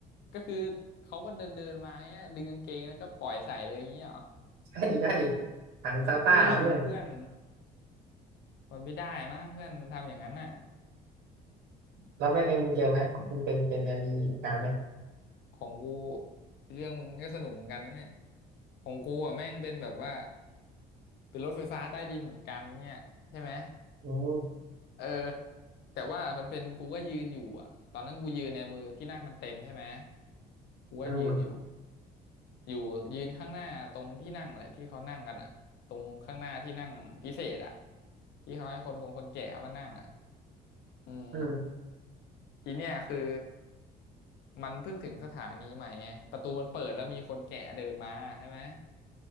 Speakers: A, on the left; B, on the right.
A: ก็คือเขาก็เดินเดินมาเงี้ยดึงกางเกงแล้วก็ปล่อยใส่เลยอย่างงี้เหรอ
B: ใช่ใช่ถังซักผ้าเพื่อน
A: อุ้ยเพื่อน มันไม่ได้มั้งเพื่อนมันทำอย่างนั้นน่ะ
B: แล้วเป็นไงมึงเจอไหมมึงเป็นเป็นไงมีเหตุการณ์ไหม
A: ของกูเรื่องมึงก็สนุกเหมือนกันนะเนี่ยของกูอ่ะแม่งเป็นแบบว่าเป็นรถไฟฟ้าใต้ดินเหมือนกันเนี่ยใช่ไหม
B: อืม
A: เออแต่ว่ามันเป็นกูก็ยืนอยู่อ่ะตอนนั้นกูยืนเนี่ยมือที่นั่งมันเต็มใช่ไหมกูก็ยืนอยู่
B: อืม
A: อยู่ยืนข้างหน้าตรงที่นั่งแหละที่เขานั่งกันอ่ะตรงข้างหน้าที่นั่งพิเศษอ่ะที่เขาให้คนกงคนแก่เขามานั่งอ่ะอืม
B: อืม
A: ทีเนี้ยคือ มันเพิ่งถึงสถานีใหม่ไงประตูมันเปิดแล้วมีคนแก่เดินมาใช่ไหม